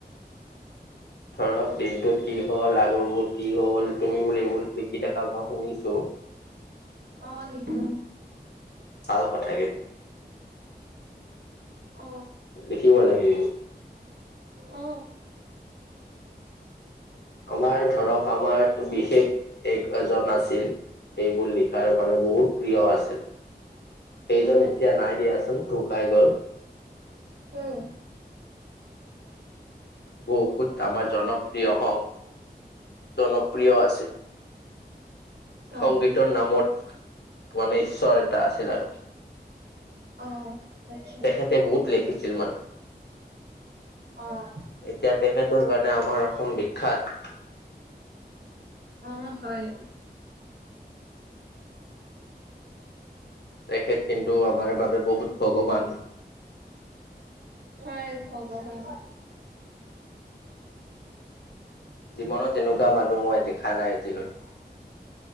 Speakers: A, on the left; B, on the right.
A: ধৰক দিনটোত কি হ'ল আগৰবোৰ কি হ'ল তুমি বোলে এইবোৰ লিখি থকা মই শুনিছো
B: অ লিখো
A: ভাল কথা কিন
B: অ
A: লিখিব লাগে
B: অ
A: আমাৰ ধৰক আমাৰ বিশেষ এক এজন আছিল এইবোৰ লিখাৰ মানে বহুত প্ৰিয় আছিল সেইজন
B: অ
A: এতিয়া নাই দিয়াচোন ঢুকাই গল
B: উম
A: বহুত আমাৰ জনপ্ৰিয় সং জনপ্ৰিয় আছিল
B: হয়
A: সংগীতৰ নামত মানে ঈশ্বৰ এটা আছিল আৰু
B: অ আচ্ছা
A: তেখেতে বহত লেখিছিল মানে
B: অঁ
A: এতিয়া তেখেতৰ কাৰণে আমাৰ অসম বিখ্যাত
B: অ হয়
A: তেখেত কিন্তু আমাৰ বাবে বহুত ভগৱান।
B: হয় ভগৱান।
A: জীৱনত তেনেকুৱা মানুহ মই দেখা নাই এজিলৈ।